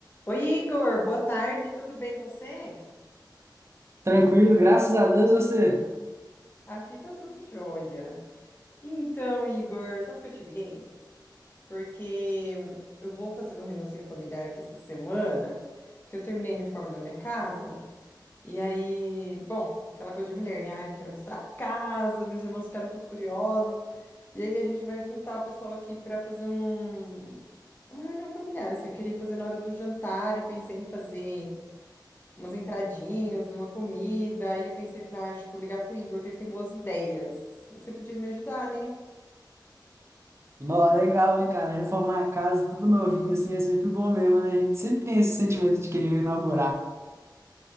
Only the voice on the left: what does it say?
Oi, Igor, boa tarde, tudo bem com você?
Aqui tá tudo jóia. Então, Igor, sabe por que eu te liguei? Porque eu vou fazer uma reuniãozinha familiar aqui essa semana, que eu terminei a reforma da minha casa, e aí, bom, aquela coisa de mulher, né? Ai, quero mostrar a casa, meus irmãos ficaram tudo curiosos, e aí a gente vai juntar o pessoal aqui para fazer um, uma reunião familiar, assim, eu queria fazer na hora do jantar e pensei em fazer. umas entradinhas, uma comida. Aí eu pensei, falei, ah, acho que vou ligar pro Igor, que ele tem boas ideias. Você podia me ajudar, né?